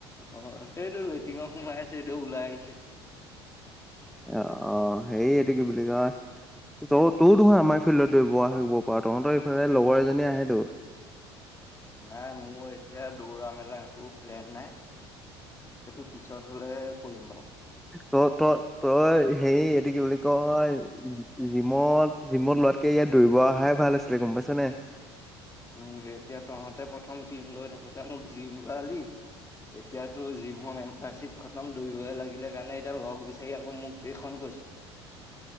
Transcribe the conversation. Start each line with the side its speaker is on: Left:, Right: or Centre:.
Left: অ এইটো লেটিঙত সোমাই আছে এইটো ওলাই আহিছে।
Centre: অ অ সেইয়টো কি বুলি কয় ত তোৰ দেখোঁ আমাৰ ফিল্ডত দৌৰিব আহিব পাৰ তহঁতৰ এইফালে লগৰ এজনী আহেতো।
Left: নাই মোৰ এতিয়া দৌৰা মেলা একো প্লেন নাই। এইেইটো পিছত হলে কৰিম বাও।
Centre: ত ত তই হেৰি এইটো কি বুলি কয় জিমত, জিমত লোৱাতকে ইয়াত দৌৰিব অহাই ভাল আছিলে গম পাইছ নে?
Left: উম এতিয়া তহঁতে প্ৰথম জিম লৈ থাকোতে মোক জিম লোৱালি এতিয়াতো জিমহৰ মেম্বাৰশ্বিপ খতম দৰিবই লাগিলে কাৰণে এতিয়া লগ বিচাৰি আকৌ মোক এইখন কৈছ। <inaudible>